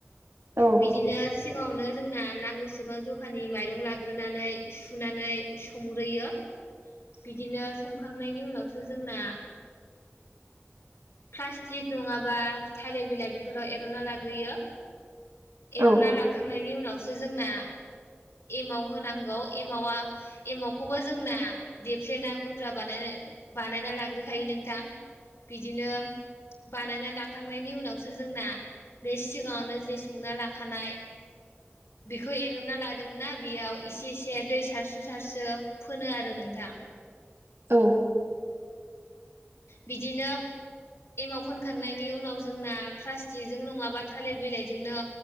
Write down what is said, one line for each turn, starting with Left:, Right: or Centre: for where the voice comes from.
Right: औ
Left: बिदिनो सिगाङावनो जोंना नांगौसेबां जखानि माइरं ला ग्रोनानै सुनानै संग्रोयो। बिदिनो संखांनायनि उनावसो जोंना प्लास्टिक नङाबा थालिर बिलाइ बेफोराव एरनना लाग्रोयो
Right: औ
Left: एर'ना लाखांनायनि उनावसो जोंना एमाव होनांगौ एमावा एमावखौबो जोंना देफ्लेना गुन्द्रा बानायना बानायना लाग्रोखायो नोंथां। बिदिनो बानायना लाखांनायनि उनावसो जोंना बे सिगाङावनो जे संना लाखानाय बेखौ एरनना लादोंमोनना बेयाव इसे एसे दै सारसो सारसो फोनो आरो नोंथां।
Right: औ
Left: बिदिनो एमाव फोनखांनायनि उनाव जोंना प्लास्टिकजों नङाबा थालिर बिलाइजोंनो